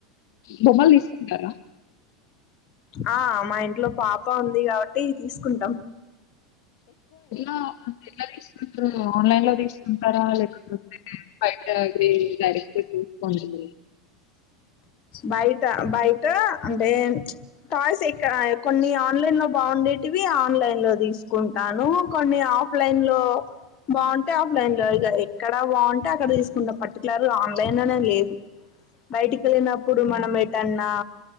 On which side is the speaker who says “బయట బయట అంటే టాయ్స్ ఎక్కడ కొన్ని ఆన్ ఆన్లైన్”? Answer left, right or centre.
Left